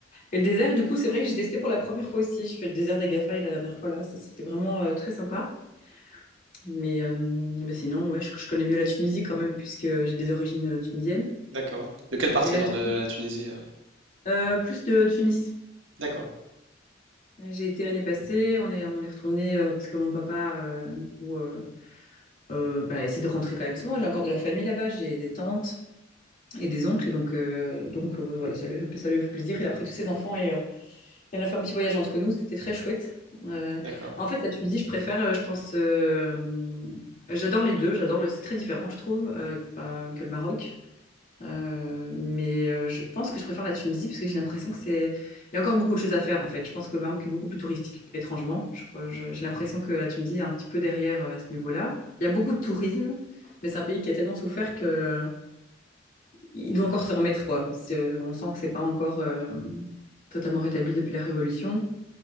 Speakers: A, on the left (about 45°); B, on the right (about 75°).
A: Et le désert, du coup, c'est vrai que j'ai testé pour la première fois aussi. J'ai fait le désert d'Agafay la dernière fois là. Ça, c'était vraiment euh, très sympa. Mais, euh, mais sinon, ouais, je, je connais mieux la Tunisie quand même, puisque j'ai des origines euh, tunisiennes.
B: d'accord. De quelle partie
A: Et l'Algérie,
B: alors de la Tunisie? euh
A: euh, plus de Tunis.
B: D'accord,
A: J'ai été l'année passée, on est, on est retourné euh, parce que mon papa, euh, du coup, euh, euh, bah, essaie de rentrer quand même souvent. J'ai encore de la famille là-bas, j'ai des tantes et des oncles. Et donc, euh, donc euh, voilà, ça lui a fait, ça lui a fait plaisir. Il a pris tous ses enfants et euh, On a fait un petit voyage entre nous, c'était très chouette. Euh,
B: d'accord.
A: en fait, la Tunisie, je préfère, euh, je pense, euh, j'adore les deux, j'adore le, c'est très différent, je trouve, euh, pas- que le Maroc. Euh, mais euh, je pense que je préfère la Tunisie parce que j'ai l'impression que c'est, il y a encore beaucoup de choses à faire en fait. Je pense que le Maroc est beaucoup plus touristique, étrangement. Je crois, je- j'ai l'impression que la Tunisie est un petit peu derrière euh, à ce niveau-là. Il y a beaucoup de tourisme, mais c'est un pays qui a tellement souffert que il doit encore se remettre quoi. C'est- on sent que c'est pas encore euh, totalement rétabli depuis la Révolution.